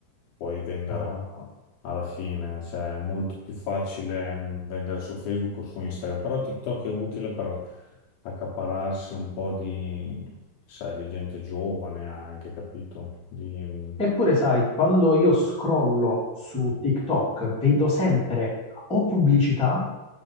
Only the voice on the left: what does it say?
puoi vendere
alla fine, cioè è molto più facile mm, vendere su Facebook o su Instagram, però TikTok è utile per accapararsi un po' di, sai, di gente giovane anche, capito? Di, mm,